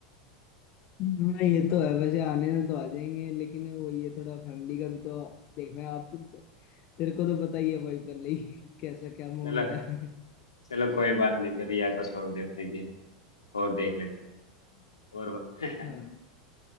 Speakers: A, on the left (about 45°); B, on the left (about 80°).
A: हाँ ये तो है वैसे आने में तो आ जाएंगे लेकिन वो ये थोड़ा फैमिली का भी तो देखना है आपको तेरे को तो पता ही है भाई पहले ही कैसा क्या माहौल
B: चलो
A: है <laughs>
B: चलो कोई बात नहीं फिर रिया को छोड़ देते हैं कि और देख लेते हैं और <laughs>
A: हाँ